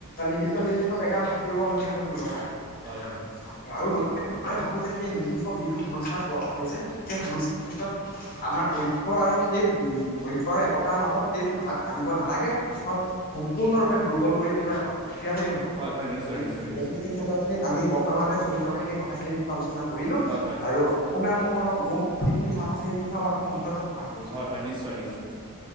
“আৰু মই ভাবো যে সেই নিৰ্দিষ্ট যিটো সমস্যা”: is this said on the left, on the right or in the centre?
Left